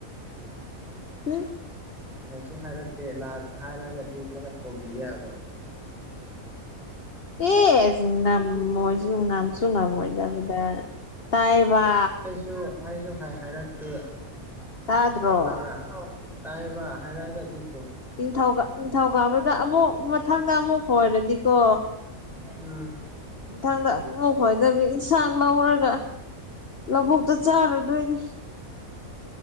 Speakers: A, on the left; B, in the centre.
A: ꯎꯝ
B: ꯀꯁꯨ ꯍꯥꯏꯔꯛꯇꯦ ꯍꯥꯏꯔꯒꯗꯤꯂꯒ ꯊꯣꯕꯤ ꯌꯥꯕ꯭ꯔ
A: ꯑꯦ ꯉ ꯃꯣꯏꯁꯨ ꯅꯝꯁꯨ ꯉ ꯃꯣꯏꯗ ꯇꯥꯏꯕ
B: ꯁꯨ ꯍꯥꯏꯁꯨ ꯍꯥꯏꯔꯛꯇꯦ
A: ꯇꯥꯗ꯭ꯔꯣ
B: ꯑ ꯍꯥꯏꯔꯛ ꯇꯥꯏꯕ ꯍꯥꯏꯔꯒꯗꯤ
A: ꯅꯤꯡꯊꯧ ꯅꯤꯡꯊꯧꯀꯥꯕꯗ ꯑꯃꯨꯛ ꯃꯊꯪꯗ ꯑꯃꯨꯛ ꯍꯔꯗꯤꯀꯣ
B: ꯎꯝ
A: ꯏꯊꯪꯗ ꯅꯣꯛꯈꯣꯏꯗꯕꯤ ꯏꯟꯁꯥꯡ ꯂꯧꯔꯒ ꯂꯧꯕꯨꯛꯇ ꯆꯥꯔꯨꯗꯣꯏꯅꯤ